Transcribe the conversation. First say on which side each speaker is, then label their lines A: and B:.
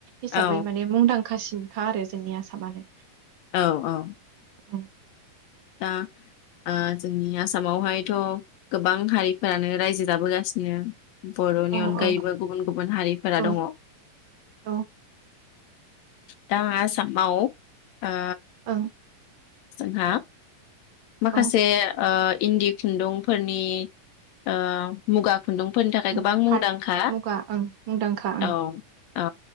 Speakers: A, on the right; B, on the left.
A: हिसाबै
B: औ
A: माने मुंदांखासिन खा आरो जोंनि आसामानो
B: औ औ
A: उम
B: दा ओ जोंनि आसामावहायथ गोबां हारिफोरानो रायजो जाबोगासिनो बरनि
A: औ
B: अनगायैबो
A: औ
B: गुबुन गुबुन हारिफोरा
A: औ
B: दंङ
A: औ
B: दा आसामाव ओ
A: ओं
B: जोंहा माखासे
A: औ
B: ओ इन्दि खुन्दुंफोरनि ओ मुगा खुन्दुंफोरनि थाखाय
A: ओं
B: गोबां मुंदांखा
A: पाट मुगा ओं मुंदांखा ओं
B: औ औ